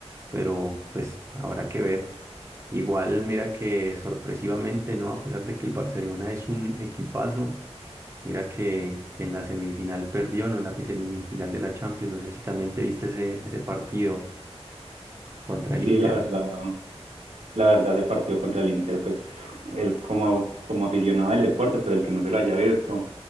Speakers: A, on the right; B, on the right.
A: pero pues habrá que ver. Igual, mira que sorpresivamente, ¿no? A pesar de que el Barcelona es un equipazo, mira que, que en la semifinal perdió, ¿no? En la semifinal de la Champions, no sé si también te viste ese, ese partido contra el
B: Sí,
A: Inter.
B: la verdad, la verdad ese partido contra el Inter, pues él como, como aficionado del deporte, pues el que no se lo haya visto,